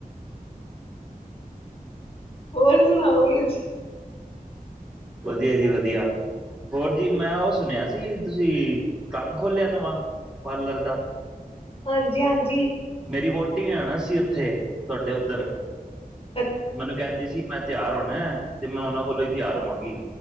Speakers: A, on the left; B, in the centre.
A: ਹੋਰ ਸੁਣਾਓ ਵੀਰ ਜੀ।
B: ਵਧੀਆ ਜੀ ਵਧੀਆ। ਹੋਰ ਜੀ ਮੈਂ ਉਹ ਸੁਣਿਆ ਸੀ ਤੁਸੀਂ ਕੰਮ ਖੋਲਿਆ ਨਵਾਂ ਪਾਰਲਰ ਦਾ।
A: ਹਾਂਜੀ ਹਾਂਜੀ।
B: ਮੇਰੀ ਵਹੁਟੀ ਨੇ ਆਉਣਾ ਸੀ ਉੱਥੇ ਤੁਹਾਡੇ ਉੱਧਰ।
A: ਹ
B: ਮੈਨੂੰ ਕਹਿੰਦੀ ਸੀ ਮੈਂ ਤਿਆਰ ਹੋਣਾ ਹੈ ਤੇ ਮੈਂ ਉਹਨਾਂ ਕੋਲੋਂ ਹੀ ਤਿਆਰ ਹੋਵਾਂਗੀ।